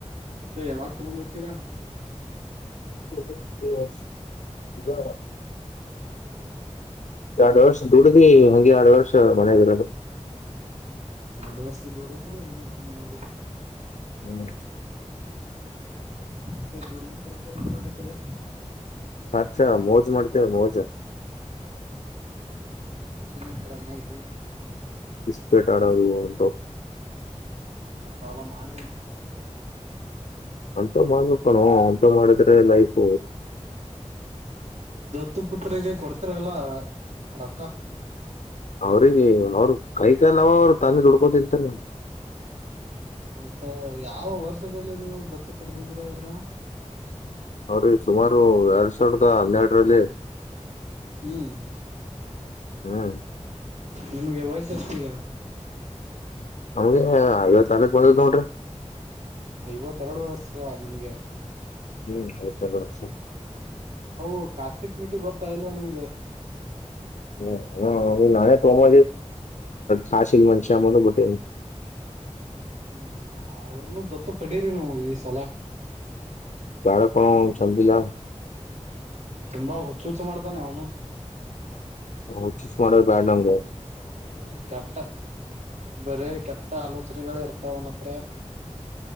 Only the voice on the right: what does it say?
ಅತ್ತ ಯಾವಾಗ ತಗೊಂಡ್ ಹೋಗತೀರ
ಎರಡು ವರ್ಷ ದೂರದು ಎರಡು ವರ್ಷ ಮನೆಯೆಯಲ್ಲಿ ಇರ್ತೀರ
ಮತ್ತೆ ದುಡದರೋಕ್ಕ ಎಲ್ಲಾ ಏನ್ ಮಾಡಾಕತ್ತಿರಿ
ಮಜಾ ಮೋಜು
ಅಂತವೆಲ್ಲಾ ಮಾಡ ಬೇಡ್ರಪ್ಪ
ಪುತ್ತ ಪುತ್ರರು ಇ ಕೊಡ್ತಿರಲ್ಲ ರೊಕ್ಕ
ಹ ಯಾವ ವರ್ಷದಲ್ಲಿ ನೀವು ದತ್ತು ಪಡೆದಿದೀರ ಅವ್ರ
ಹ್ಮ್
ನಿಮ್ಗೆ ವಯಸಷ್ಟ ಈಗ
ಐವತ್ತೆರಡು ವರ್ಷ ನಿಮ್ಗೆ
ಹ ಕಾರ್ತಿಕ್ ಮೀಟ್ಟಿಗೆ ಗೊತ್ತಾ ಇಲ್ವಾ ನಿಮ್ಮಗೆ.
ಹ್ಮ್ ಹ್ಮ್ ಅವ್ರನು ದತ್ತ ಪಡೀರಿ ನೀ ಈ ಸಲ
ತುಂಬಾ ಹುಚ್ಚ ಹುಚ್ಚು ಮಾಡ್ತಾನೆ ಅವನು.
ಕೆಟ್ಟ ಬರೇ ಕೆಟ್ಟ ಆಲೋಚನೆಗಳ ಇರ್ತ ಅವನತ್ರ